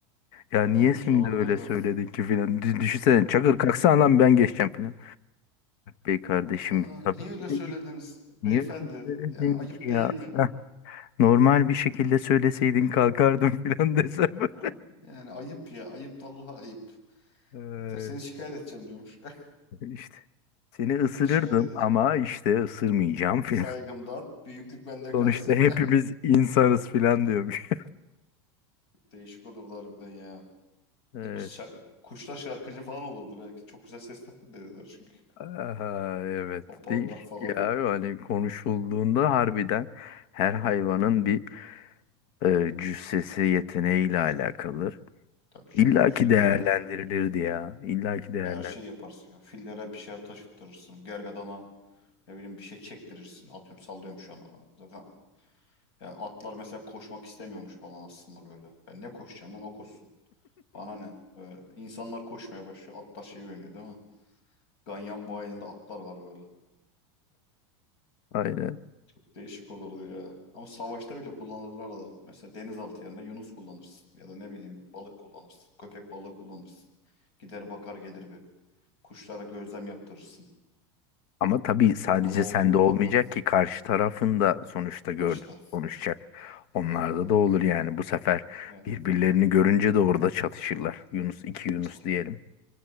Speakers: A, on the left (about 50°); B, on the left (about 65°).
A: Ya
B: Yani
A: niye
B: güzel
A: şimdi
B: olabilir
A: öyle söyledin
B: de.
A: ki filan. Dü- Düşünsene çakır kalksana lan ben geçeceğim filan. Bey kardeşim
B: Aa,
A: tabii
B: niye
A: ki
B: öyle söylediniz
A: de
B: beyefendi?
A: Niye bunu söyledin
B: Ya ayıp
A: ki
B: değil
A: ya?
B: mi?
A: <laughs> Normal bir şekilde söyleseydin kalkardım filan desem.
B: Ha,
A: <laughs>
B: yani ayıp ya. Ayıp vallahi ayıp.
A: Ee,
B: Yeter seni şikayet edeceğim diyormuş. <laughs>
A: işte seni
B: Seni
A: ısırırdım
B: şikayet edeceğim.
A: ama işte ısırmayacağım filan.
B: Saygımdan büyüklük
A: <laughs>
B: bende kalsın.
A: Sonuçta hepimiz insanız filan diyormuş.
B: <laughs> Değişik olurdu harbiden ya.
A: <laughs> Evet.
B: Şa- Kuşlar şarkıcı falan olurdu belki. Çok güzel ses taklidi dediler çünkü.
A: Aha, evet.
B: Papağanlar
A: Değişik
B: falan.
A: ya. Hani konuşulduğunda harbiden her hayvanın bir e, cüssesi yeteneğiyle alakalı.
B: Tabii canım
A: İlla
B: fillere
A: ki değerlendirilirdi ya. İlla ki değerlendirilirdi.
B: her şey
A: <laughs>
B: yaparsın ya. Fillere bir şeyler taşıttırırsın. Gergedana ne bileyim bir şey çektirirsin. Atıyorum sallıyorum şu an. Zaten ya atlar mesela koşmak istemiyormuş falan aslında böyle. Ben ne koşacağım lan o koşsun. Bana ne? Ee, insanlar koşmaya başlıyor. Atlar şey oynuyor değil mi? Ganyan bayilinde atlar var böyle.
A: Aynen.
B: Çok değişik olurdu ya. Ama savaşta bile kullanırlardı. Mesela denizaltı yerine yunus kullanırsın. Ya da ne bileyim balık kullanırsın. Köpek balığı kullanırsın. Gider bakar gelir bir. Kuşlara gözlem yaptırırsın.
A: Ama tabii sadece
B: Şurada ne oluyor
A: sende
B: bir
A: olmayacak
B: bakın.
A: ki karşı tarafın da sonuçta gör,
B: Ha işte.
A: konuşacak. Onlarda
B: Ya,
A: da olur yani bu sefer
B: ya
A: birbirlerini görünce de orada çatışırlar. Yunus iki Yunus
B: işte o.
A: diyelim